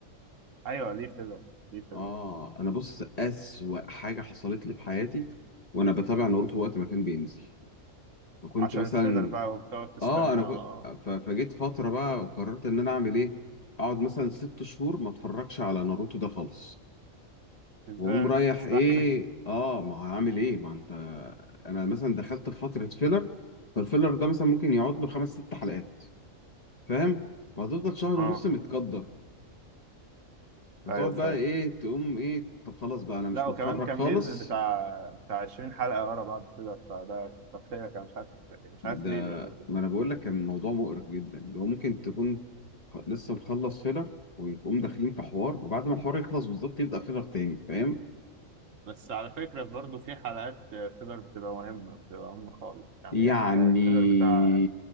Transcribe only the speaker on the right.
أيوة ليه فيلر ليه فيلر
عشان
الفيلر بقى وبتقعد تستنى
آه
إزاي
عرفت
تستحمل
<laughs> آه
ايوه فاهم
لا وكمان
كان
بينزل بتاع بتاع 20 حلقة ورا بعض فيلر فده تقطيع كان مش عارف مش
عارف ليه بيعملوا كده
بس على فكرة برضه في حلقات فيلر بتبقى مهمة بتبقى مهمة خالص يعني
ح- الفيلر بتاع